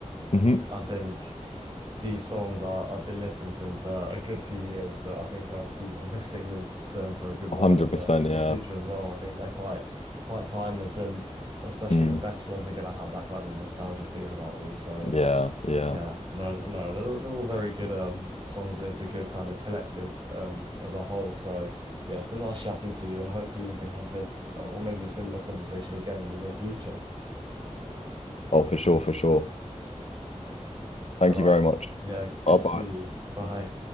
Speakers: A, on the left (about 60°); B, on the right (about 40°).
A: Mm-hmm.
B: I think. these songs are I've been listening to them for a good few years, but I think I'll keep on <laughs> listening them to them for a good while
A: 100%,
B: in the in
A: yeah.
B: the future as well. I think they're quite quite timeless and especially
A: Mm.
B: the best ones are gonna have that kind of nostalgia feel about them. So
A: Yeah. Yeah.
B: yeah, no no, they're they're all very good um songs and it's a good kind of collective um as a whole. So yeah, it's been nice chatting to you and hopefully we can have this uh, or maybe a similar conversation again in the near future.
A: Oh, for sure, for sure. Thank
B: Right.
A: you very much.
B: Yeah, good
A: Bye
B: to
A: bye.
B: see you. Bye.